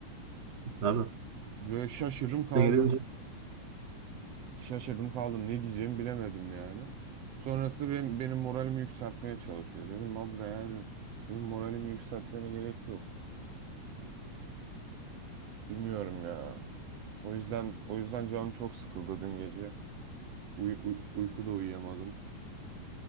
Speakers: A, on the right (about 45°); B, on the right (about 65°).
A: Tabii.
B: Böyle şaşırdım
A: İşte
B: kaldım.
A: gelince.
B: Şaşırdım kaldım. Ne diyeceğimi bilemedim yani. Sonrasında benim, benim moralimi yükseltmeye çalışıyor. Dedim abla yani benim moralimi yükseltmene gerek yok. Bilmiyorum ya. O yüzden o yüzden canım çok sıkıldı dün gece. Uy, uy- uykuda uyuyamadım.